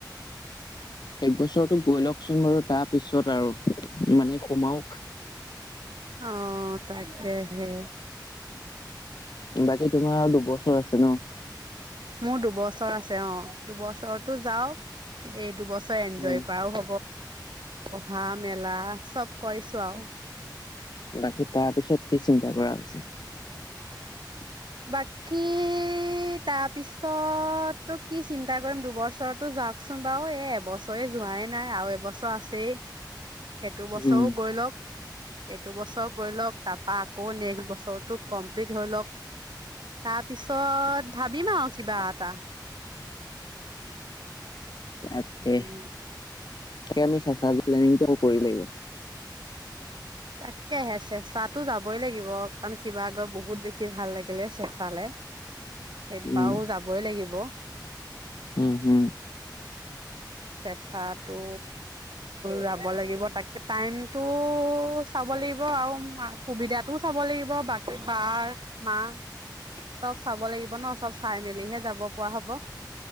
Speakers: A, on the left; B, on the right.
A: এক বছৰটো গৈ লওঁকচোন বাৰু তাৰপিছত আৰু মানে সোমাওঁক
B: অঁ তাকেহে
A: বাকী তোমা আৰু দুবছৰ ছৰ আছে ন
B: মোৰ দুবছৰ আছে অঁ দুবছৰ টো যাওঁক, এই দুবছৰ য় এনজয়
A: উম
B: কৰাও হ'ব অহা মেলা চব কৈছো আৱ
A: বাকী তাৰ পিছত কি চিন্তা কৰা হৈছে হৈছে
B: বাকী তাৰপিছত টো কি চিন্তা কৰিম দুবছৰ টো যাওঁকচোন বাৰু এ এবছৰে যোৱাই নাই আৰু এবছৰ আছেই সেইটো বছৰওঁ
A: উম
B: গৈ লওক এইটো বছৰ গৈ লওক তাপা আকৌ নেক্সট বছৰটো কমপ্লিট হৈ লওঁক তা পিছত ভাবিম আৱ কিবা এটা
A: তাকে
B: উম
A: তাকে আমি চেঁচা জৰ প্লানিং কৰি লাগিব
B: তাকেহে চেঁচাতো যাবই লাগিব কাৰণ শিৱসাগৰ বহুত বেছি ভাল লাগিলে চেঁচালে এইবাও
A: উম
B: যাবই লাগিব
A: উম হম
B: চেঁচাটো যাব লাগিব তাকে টাইমটো চাব লাগিব আৰু সুবিধাটো চাব লাগিব বাকী বাৰ মাহ চব চাব লাগিব ন চব চাই মেলিহে যাব পৰা হ'ব